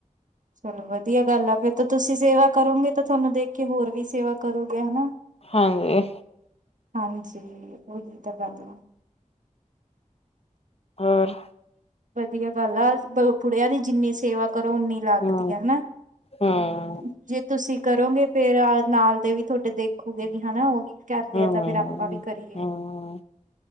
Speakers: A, on the right (about 70°); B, on the left (about 45°).
A: ਚਲੋ ਵਦੀਆ ਗਾੱਲ ਆ, ਫੇਰ ਤਾ ਤੁਸੀਂ ਸੇਵਾ ਕਰੋਂਗੇ ਤਾਂ ਥੋਨੂੰ ਦੇਖ ਕੇ ਹੋਰ ਵੀ ਸੇਵਾ ਕਰੂਗੇ ਹਨਾ।
B: ਹਾਂਜੀ।
A: ਹਾਂਜੀ ਓਹੀ ਤਾਂ ਗਾੱਲ ਆ।
B: ਓਰ?
A: ਵਦੀਆ ਗਾੱਲ ਆ, ਜ ਬੁੜੇਆਂ ਦੀ ਜਿੰਨੀ ਸੇਵਾ ਕਰੋ, ਓਨੀ ਲਾੱਗਦੀ
B: ਹੂੰ
A: ਆ, ਹਨਾ?
B: ਹੂੰ
A: ਹਾਂ, ਜੇ ਤੁਸੀ ਕਰੋਂਗੇ ਫੇ ਅ, ਨਾਲ਼ ਦੇ ਵੀ ਥੋਡੇ ਦੇਖੂਗੇ ਵੀ ਹਨਾ ਓਵੀ। ਕਾਰਦੇ
B: ਹੂੰ
A: ਆ, ਤਾਂ ਫੇਰ ਆਪਾਂ ਵੀ ਕਰੀਏ।
B: ਹੂੰ